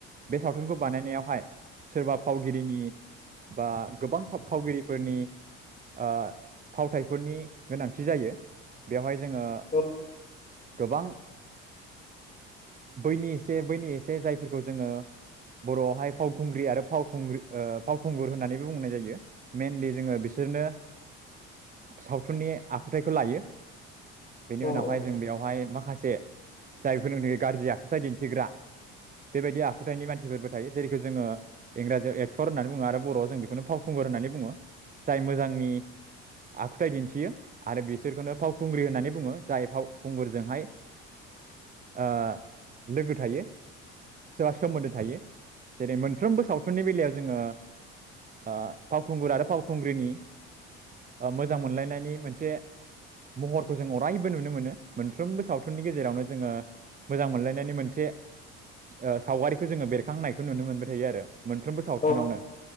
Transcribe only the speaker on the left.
औ
औ
औ
<inaudible>
औ